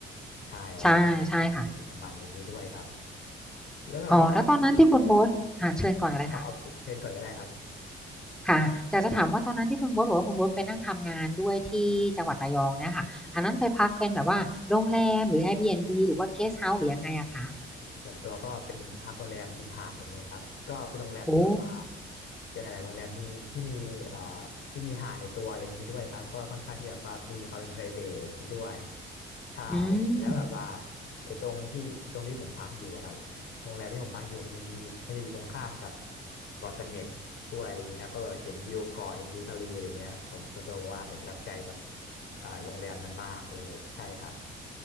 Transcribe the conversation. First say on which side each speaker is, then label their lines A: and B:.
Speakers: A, in the centre; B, on the left.
A: <laughs>
B: ใช่แล้วก็
A: ใช่ใช่ค่ะ
B: เอกของมันอย่างนี้ด้วยครับแล้วแบบว่า
A: อ๋อแล้วตอนนั้นที่คุณโบ๊ทอ่าเชิญก่อนเลยค่ะ
B: เอาเอาเชิญก่อนก็ได้ครับ
A: ค่ะอยากจะถามว่าตอนนั้นที่คุณโบ๊ทบอกว่าคุณโบ๊ทไปนั่งทำงานด้วยที่จังหวัดระยองเนี่ยค่ะอันนั้นไปพักเป็นแบบว่าโรงแรมหรือ Airbnb หรือว่า Guest House หรือยังไงอะคะ
B: ส่วนตัวก็เป็นพักโรงแรมริมหาดอย่างนี้ครับก็เป็นโรงแรมที่แบบว่า
A: โอ้
B: ยังไงแหละโรงแรมที่ที่มีเอ่อที่มีหาดในตัวอะไรอย่างนี้ด้วยครับก็ค่อนข้างที่แบบว่ามีความเป็น private อะไรอย่างนี้ด้วยใช่
A: อืม
B: แล้วแบบว่าไอ้ตรงที่ที่ตรงที่ผมพักอยู่อะครับโรงแรมที่ผมพักอยู่มันมีมันจะอยู่ตรงข้ามกับเกาะเสม็ดด้วยอะไรอย่างนี้ครับก็แบบเห็นวิวเกาะเห็นวิวทะเลอะไรเงี้ยผมส่วนตัวว่าผมประทับใจกับเอ่าโรงแรมนั้นมากเลยใช่ครับ